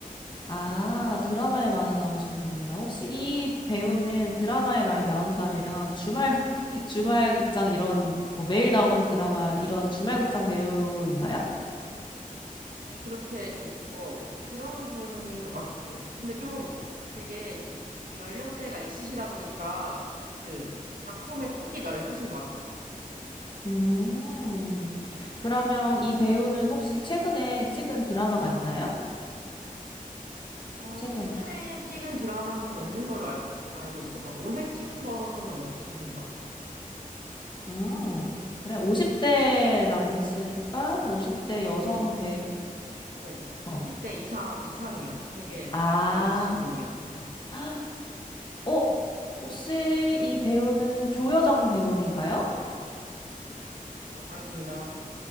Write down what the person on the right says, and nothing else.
음.
어, 그렇게 좀, 어, 그런 분인 것 같아. 근데 좀 되게 이- 연령대가 있으시다 보니까 그 작품의 폭이 넓으신 것 같아.
음.
어,
최근에 찍은 드라마는 없는 걸로 알고, 알고 있어. 막 올해 찍은 거는 없으신 것 같아.
아,
50,
어,
오십 대 이상, 이상이야. 되게
나이가 있으신 분이야. 어,
어, 아닙니다.